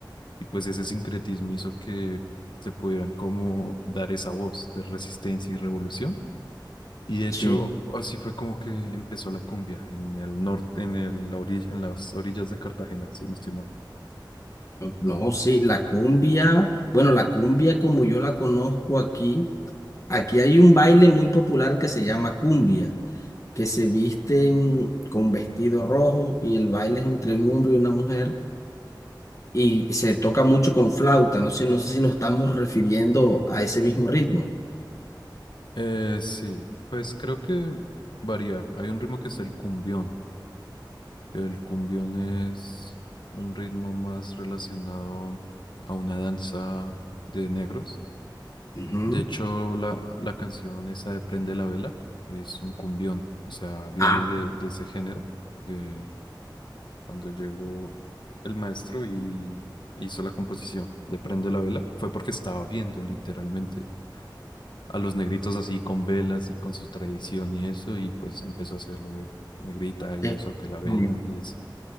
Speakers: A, on the left (about 70°); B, on the left (about 40°).
A: y pues ese sincretismo hizo que se pudieran como dar esa voz de resistencia y revolución. Y de
B: Sí.
A: hecho, así fue como que empezó la cumbia en el norte, en el, la ori- en las orillas de Cartagena, si no estoy mal.
B: No, sí, la cumbia, bueno, la cumbia como yo la conozco aquí, aquí hay un baile muy popular que se llama cumbia. que se visten con vestido rojo y el baile es entre un hombre y una mujer y se toca mucho con flauta. No sé, no sé si nos estamos refiriendo a ese mismo ritmo.
A: Eh, sí, pues creo que varía. Hay un ritmo que es el cumbión El cumbión es un ritmo más relacionado a una danza de negros.
B: Ujú.
A: De hecho, la, la canción esa de Prende la Vela es un cumbión, o sea, viene
B: Ah,
A: de, de ese género, de cuando llegó el maestro y hizo la composición de Prende la Vela, fue porque estaba viendo literalmente a los negritos así con velas y con su tradición y eso, y pues empezó a hacerlo de negrita y
B: efectivamente.
A: eso, que la vela y eso.